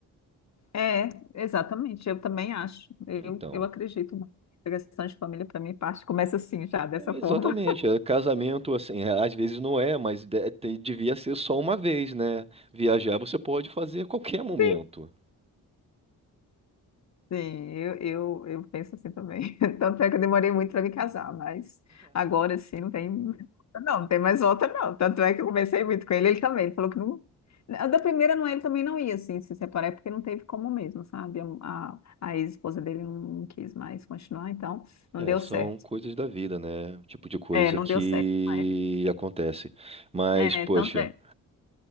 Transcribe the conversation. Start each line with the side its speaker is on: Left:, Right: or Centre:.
Left: É, exatamente, eu também acho. Eu,
Right: Então,
Left: eu acredito muito. A questão de família, para mim, parte começa assim, já, dessa
Right: é
Left: forma.
Right: exatamente. é, casamento, assim, é, às vezes não é, mas de- te- devia ser só uma vez, né? Viajar você pode fazer a qualquer momento.
Left: Sim, sim, eu, eu, eu penso assim também. <laughs> Tanto é que eu demorei muito para me casar, mas agora sim não tem. Não, não tem mais volta, não. Tanto é que eu conversei muito com ele, ele também. Ele falou que não. a Da primeira, não, ele também não ia assim, se separar, é porque não teve como mesmo, sabe? A, a, a ex-esposa dele não quis mais continuar, então não
Right: É,
Left: deu
Right: são
Left: certo.
Right: coisas da vida, né? Tipo de coisa
Left: É, não
Right: que
Left: deu certo na época.
Right: acontece. Mas,
Left: É,
Right: poxa.
Left: tanto é.